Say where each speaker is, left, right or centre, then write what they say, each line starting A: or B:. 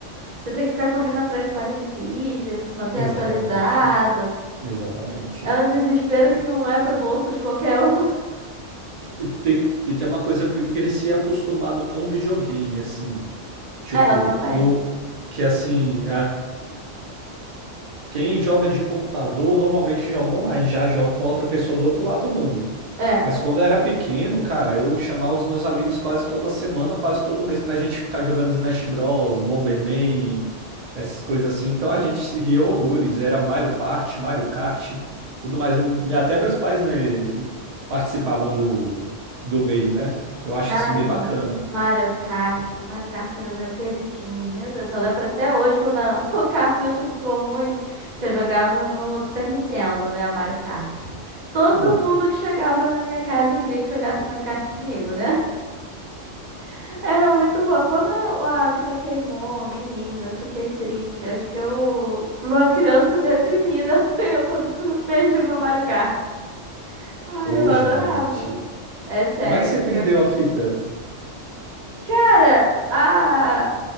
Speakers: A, on the right; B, on the right.
A: Você tem que ficar correndo atrás de placa de vídeo, se manter
B: Exatamente.
A: atualizado.
B: Exatamente.
A: É um desespero que não é pro bolso de qualquer um. <laughs>
B: E tem, e tem uma coisa que eu cresci acostumado com videogame, assim. Tipo,
A: É, eu também.
B: no, que assim. Quem joga de computador normalmente joga online, já joga com outra pessoa do outro lado do mundo.
A: É.
B: Mas quando eu era pequeno, cara, eu chamava os meus amigos quase toda semana, quase todo mês, pra gente ficar jogando Smash Bros, Bomberman, essas coisas assim. Então a gente se ria horrores. Era Mario Party, Mario Kart, tudo mais. Até meus pais me- participavam do, do meio, né? Eu acho
A: Cara,
B: isso bem bacana.
A: Mario Kart. Mario Kart era meu queridinho. Meu Deus, eu lembro até hoje quando a- <laughs> o cartucho ficou ruim, que eu jogava no Super Nintendo, né, Mario Kart. Todo
B: Hum.
A: mundo que chegava na minha casa queria que jogasse Mario Kart comigo, né? <laughs> Era muito bom. Quando a fita queimou, menina, eu fiquei triste. Acho que eu, pra uma criança deprimida, <laughs> fui eu quando <laughs> perdi meu Mario Kart. Ah,
B: Ô,
A: eu adorava.
B: gente.
A: É sério,
B: Como é que você
A: porque
B: perdeu
A: muito.
B: a fita?
A: Cara, a